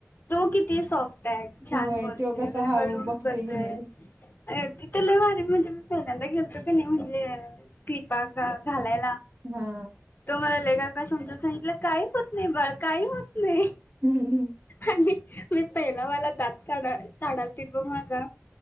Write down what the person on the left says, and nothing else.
तो किती सोप्ट हाय छान
बोलतोय,
हळू
करतोय
अय तिथ लयभारी म्हणजे मी पहिल्यांदा गेलो. ते कणी म्हणजे क्लिपा घालाय
तुमला ले काय समजून सांगितलं काही होत नाही बाळ काही होत नाही.
आणि मी पहिलावाला दात काढा-काढातील ब माजा.